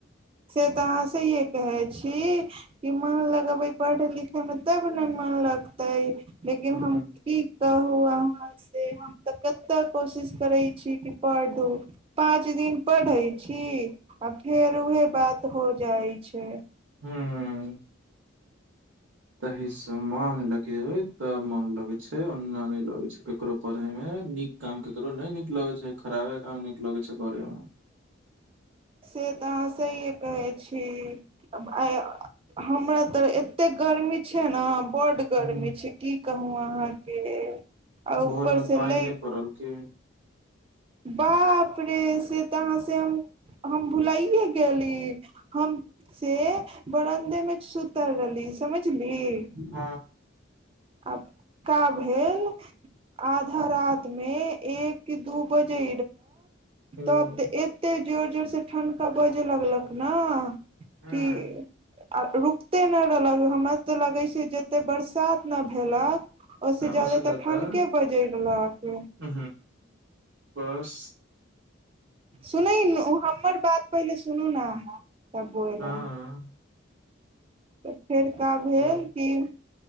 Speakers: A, on the right; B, on the right.
A: से तऽ अहाँसँए कहै छी कि मन लगबै पढ़य लिखयमे तब ने मन लगतै लेकिन
B: ह
A: हम की कहू अहाँ से हम तऽ कतेक कोशिश करैत छी कि पढ़ू पाँच दिन पढ़ैत छी आ फेर उएहे बात हो जाइ छै
B: हुँ म तहीसँ मन लगेबै तब मोन लगै छै ओना नहि लगै छै केकरो पढ़यमे नीक काम केकरो नहि नीक लगै छै खराबे काम नीक लगै छै करय मे
A: से तऽ अहाँ सहिए कहै छी आइ हमरा तऽ एतेक गर्मी छै नऽ बड्ड गर्मी
B: हम्म
A: छै की कहू अहाँ क आ
B: भोर
A: ऊपर
B: में
A: से
B: पानि
A: लै
B: नहि पड़ल की
A: बाप रे से तहाँसँ हम हम भुलाइे गेली हम से बरन्दे मे सुतल रहली समझ पछली
B: हँ
A: हँ का भेल आध रात मे एक के दू बजे
B: हँ
A: तब तऽ एते जोर जोर से ठण्ड का बज जे लगलक ने
B: हँ
A: की आ रुकते नहि रहलक हमरा तऽ लगै छै जते बरसात कतना भेलक ओहिसँ ज्यादातर
B: ओस जादा
A: ठण्ढके बजरि रहलक
B: ह बस
A: सुन हमर बात पहिले सुनू ने अहाँ बबो एल
B: हँ
A: त फेड़का भेल
B: हँ
A: क